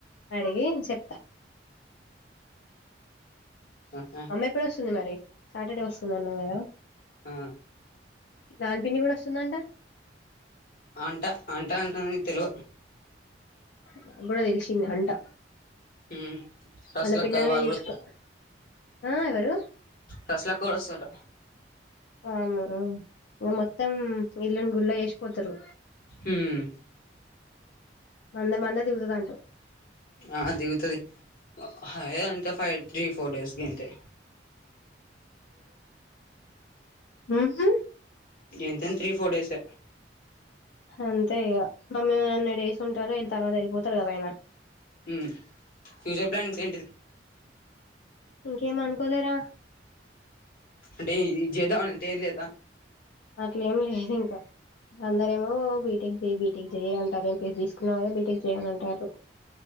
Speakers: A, on the left; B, on the left.
A: అడిగి చెప్తా
B: ఆహా
A: అమ్మ ఎప్పుడు వొస్తుంది మరి సాటర్డే వస్తుంది అన్నావు గదా
B: ఆ
A: నాన్ పిన్ని గుడా వొస్తుందంట
B: అంట అంట అంటున్నవ్ కాని తెలువ
A: నా గుడా తెలషింది అంట
B: ఉమ్ రసలక్క
A: వాళ్ళ పిల్లల్ని
B: వాళ్ళు
A: తీసుకో
B: కూడా
A: ఆ ఎవరు
B: రస్లక్క గుడా వొస్తదట
A: ఆమేవరు విమా త్తం ఇల్లున్ గుల్లా ఎషిపోతరు
B: హ్మ్
A: మంద మంద దిగుతది అంటవు
B: ఆ దిగుతది హే అంత ఫై త్రీ ఫోర్ డేస్ గంతే
A: ఊమ్
B: ఎంతన్ త్రీ ఫోర్ డేస్ ఏ
A: అంతే ఇగ మమ్మీ నన్నడు డేస్ ఉంటారు వీళ్ తర్వాత వెళ్ళిపోతారు గదా అయినా
B: ఉం ఫ్యూచర్ ప్లానింగ్స్ ఏంటిది
A: ఇంకేం అనుకోలేరా
B: అంటే ఇది జేద్దమని అంటే ఏం లేదా
A: అట్లేం లేదు ఇంకా అందరేమొ బీటెక్ జేయ్ బీటెక్ జేయ్ అన్ అది ఎంపీసీ తీసుకున్నవ్ గదా బీటెక్ చేయమనంటాన్రు